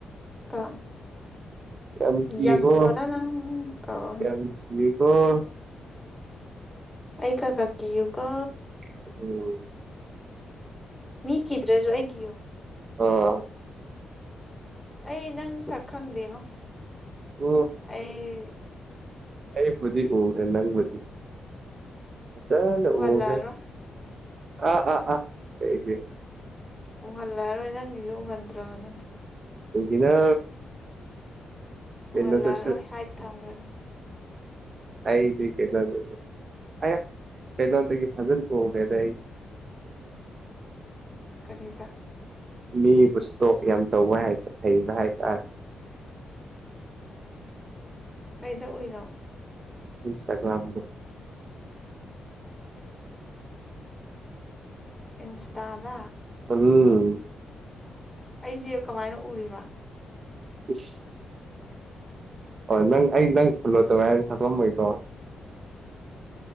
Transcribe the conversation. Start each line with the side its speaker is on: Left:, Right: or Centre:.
Centre: ꯇꯣ
Right: ꯌꯥꯝ
Centre: ꯌꯦꯡꯉꯣꯔ
Right: ꯀꯕꯣ
Centre: ꯅꯪ ꯇꯧ
Right: ꯌꯥꯝ ꯑꯣ
Centre: ꯑꯀ ꯀꯥꯀꯤꯌꯨ ꯀꯣ
Right: ꯎ
Centre: ꯃꯤ ꯀꯤꯗ꯭ꯔꯦꯁꯨꯏ ꯀꯣ
Right: ꯑ
Centre: ꯑꯩ ꯅꯪ ꯁꯛ ꯈꯪꯗꯦꯉꯣ
Right: ꯑꯣ
Centre: ꯑꯩ
Right: ꯑꯩꯕꯨꯗꯤꯤ ꯍ ꯅꯪꯕꯗꯤ ꯆ
Centre: ꯎꯍꯜꯂꯛꯑꯔꯣꯏ
Right: ꯎꯒꯦ ꯑꯥ ꯑꯥ ꯑꯥ ꯀ
Centre: ꯎꯍꯜꯂꯑꯔꯣꯏ ꯅꯪꯒꯤꯁꯨ ꯎꯍꯟꯗ꯭ꯔꯕꯅꯤꯅ
Right: ꯏꯅ
Centre: ꯎꯍꯜꯂꯛꯑꯔꯣꯏ
Right: ꯀꯩꯅ ꯇꯁ
Centre: ꯍꯥꯏꯠ ꯊꯝꯈ꯭ꯔꯒꯦ
Right: ꯑꯩꯗꯤ ꯀꯅꯗꯨꯁꯨ ꯑ ꯄꯩꯅꯗꯒꯤ ꯐꯖꯟ ꯐꯒꯦꯗ
Centre: ꯀꯔꯤꯗ
Right: ꯃꯤ ꯄꯨꯁꯇꯣ ꯌꯥꯝ ꯇꯧꯕ ꯍꯥꯏ ꯍꯩꯕ ꯍꯥꯏꯇꯥꯔꯦ
Centre: ꯀꯩꯗ ꯎꯏꯅꯣ
Right: ꯄꯁꯒꯝꯗ
Centre: ꯏꯟꯁꯇꯗ
Right: ꯎꯝ
Centre: ꯑꯩꯁꯦ ꯀꯃꯥꯏꯅ ꯎꯔꯤꯕ
Right: ꯏꯁꯁ ꯍꯣꯏ ꯅꯪ ꯑꯩ ꯅꯪ ꯐꯣꯂꯣ ꯇꯧꯋꯦ ꯍꯥꯏꯅ ꯊꯪꯂꯝꯝꯃꯣꯏꯀꯣ